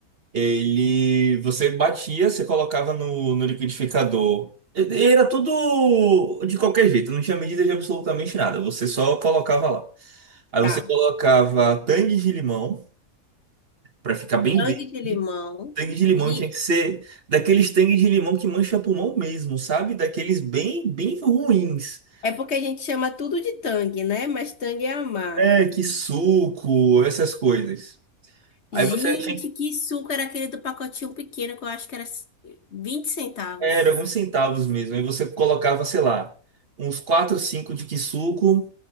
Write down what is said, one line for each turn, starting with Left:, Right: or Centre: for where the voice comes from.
Right: ele. Você batia, você colocava no, no liquidificador. E- Era tudo de qualquer jeito, não tinha medida de absolutamente nada. Você só colocava lá. Aí
Left: Tá.
Right: você colocava tangue de limão, pra ficar bem
Left: Tangue
Right: verde.
Left: de limão.
Right: Tangue de limão
Left: E
Right: tinha que ser daqueles tangue de limão que mancha pulmão mesmo, sabe? Daqueles bem, bem ruins.
Left: é porque a gente chama tudo de tangue, né? Mas tangue é a marca.
Right: É, que suco, essas coisas.
Left: Gente,
Right: Aí você tinha,
Left: que suco era aquele do pacotinho pequeno que eu acho que era 20 centavos.
Right: era uns centavos mesmo. Aí você colocava, sei lá, uns 4, 5 de Kisuko,